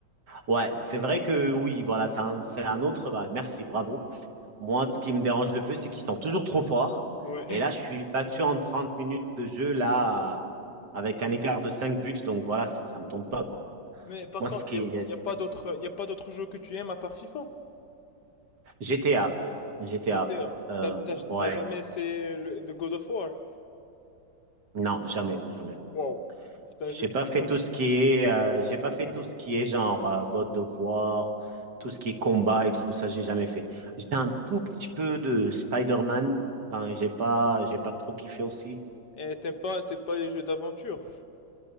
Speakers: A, on the right (about 55°); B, on the left (about 60°).
A: Ouais, c'est vrai que oui, voilà, c'est un, c'est un autre. Bah, merci, bravo. Moi, ce qui me dérange le plus, c'est qu'ils sont toujours trop forts.
B: Ouais.
A: Et là, je suis battu en 30 minutes de jeu, là, avec un écart de 5 buts. Donc voilà, ça, ça me tombe pas, quoi.
B: Mais par
A: Moi,
B: contre,
A: ce qui,
B: il y a, y a pas d'autres, y a pas d'autres jeux que tu aimes à part FIFA.
A: GTA. GTA.
B: GTA.
A: Euh,
B: T'as, t'as,
A: ouais.
B: t'as jamais essayé le, le God of War?
A: Non, jamais, jamais.
B: Wow. C'est
A: J'ai
B: un jeu qui
A: pas
B: est
A: fait
B: top.
A: tout ce qui est, euh, j'ai pas fait tout ce qui est genre euh, God of War, tout ce qui est combat et tout ça, j'ai jamais fait. J'ai fait un tout petit peu de Spider-Man. Enfin, j'ai pas, j'ai pas trop kiffé aussi.
B: Et t'aimes pas, t'aimes pas les jeux d'aventure.